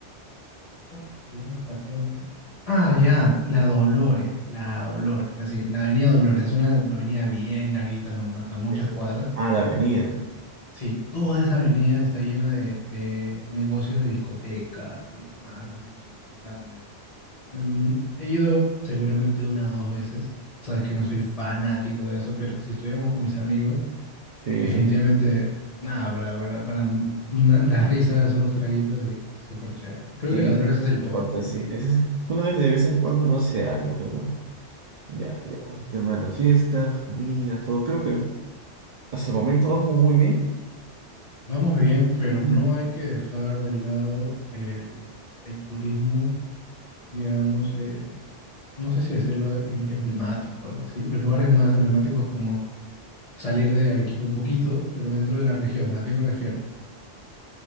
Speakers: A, on the left; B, on the right.
A: ¿Cómo se llama esta zona? Ah, ya, la Dolores, la Dolores, así, la avenida Dolores, es una avenida bien larguita nomás, a muchas
B: Eso.
A: cuadras.
B: Ah, la avenida.
A: Sí, toda esa avenida está llena de, de negocios de discotecas y demás, así chicos, grandes. Mm, he ido seguramente una o dos veces, sabes que no soy fanático de eso, pero si estuviéramos con mis amigos,
B: Sí,
A: definitivamente, nada, para, para, para mm, una- las risas, unos traguitos y, y súper chévere. Creo
B: sí,
A: que la Dolores
B: siempre
A: es
B: se
A: el
B: comparte
A: point.
B: así. Es- una vez de vez en cuando no hace daño, pues, ¿no? Ya, ya vamos al tema de las fiestas, comida, todo. Creo que hasta el momento vamos muy bien.
A: Vamos bien, pero
B: Ujú,
A: no hay que dejar de lado el, el turismo, digamos, eh, no sé si decirlo em- emblemático o algo así. Los lugares más emblemáticos como salir de Arequipa un poquito, pero dentro de la región. ¿A qué me refiero?